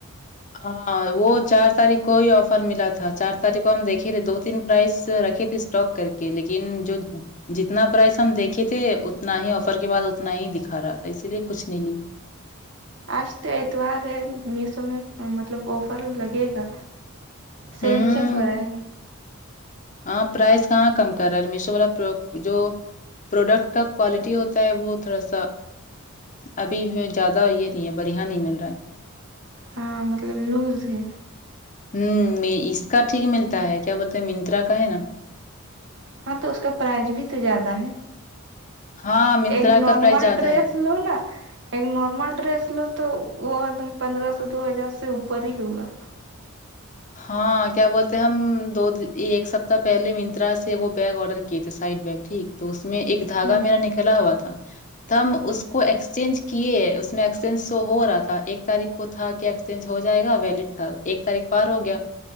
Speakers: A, on the left (about 35°); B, on the right (about 60°).
A: ہاں وہ چار تاریخ کو ہی آفر ملا تھا چار تاریخ کو ہم دیکھے تھے دو تین پرائز رکھے تھے اسٹاک کر کے لیکن جو جتنا پرائز ہم دیکھے تھے اتنا ہی آفر کے بعد اتنا ہی دکھا رہا تھا اسی لیے کچھ نہیں لی
B: آج تو اتوار ہے میشو میں مطلب آفر لگے گا سیل
A: ہوں
B: چل رہا ہے
A: ہاں پرائز کہاں کم کر رہا ہے میشو والا پرو جو پروڈکٹ کا کوالٹی ہوتا ہے وہ تھوڑا سا ابھی زیادہ یہ نہیں ہے بڑھیا نہیں مل رہا ہے
B: ہاں مطلب لوز ہے
A: ہوں اس کا ٹھیک ملتا ہے کیا بولتے ہیں منترا کا ہے نا
B: ہاں تو اس کا پرائز بھی تو زیادہ ہے
A: ہاں منترا
B: ایک نارمل
A: کا پرائز زیادہ
B: ڈریس
A: ہے
B: لوں نا ایک نارمل ڈریس لو تو وہ ایک دم پندرہ سےو دو ہزار سے اوپر ہی ہوگا
A: ہاں کیا بولتے ہم دو ایک سپتہ پہلے منترا سے بیگ آڈر کیے تھے سائڈ بیگ ٹھیک تو اس میں ایک دھاگا
B: ہ
A: میرا نکلا ہوا تھا تو ہم اس کو ایکسچینج کیے اس میں ایکسچینج سو ہو رہا تھا ایک تاریخ کو تھا کہ ایکسچینج ہو جائے گا ویلڈ تھا ایک تاریخ پار ہو گیا